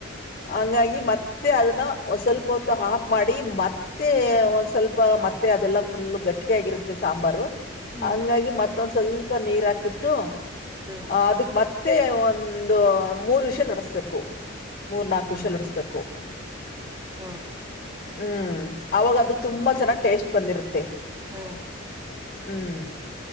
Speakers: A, on the left (about 45°); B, on the right (about 15°).
A: ಹಂಗಾಗಿ ಮತ್ತೆ ಅದನ್ನ ಒ ಸ್ವಲ್ಪ ಹೊತ್ತು ಹಾಪ್ ಮಾಡಿ ಮತ್ತೆ ಒಂದ್ ಸ್ವಲ್ಪ ಮತ್ತೆ ಅದೆಲ್ಲ ಫುಲ್ ಗಟ್ಟಿಗೆ ಆಗಿರುತ್ತೆ ಸಾಂಬಾರು
B: ಹ್ಮ್
A: ಹಂಗಾಗಿ ಮತ್ತೊಂದ ಸ್ವಲ್ಪ ನೀರ್ ಹಾಕ್ಬಿಟ್ಟು
B: ಹ್ಮ್
A: ಅದಕ್ ಮತ್ತೆ ಒಂದು ಮೂರು ವಿಷಲ್ ನಡಸ್ಬೇಕು ಮೂರ್ ನಾಕು
B: ಹ್ಮ್
A: ವಿಷಯಾಲೋಡಸ್ಬೇಕು
B: <inaudible>
A: ಹ್ಮ್ ಅವಾಗ ಅದು ತುಂಬಾ ಚೆನ್ನಾಗ್ ಟೇಸ್ಟ್ ಬಂದಿರುತ್ತೆ
B: ಹಾ
A: ಹ್ಮ್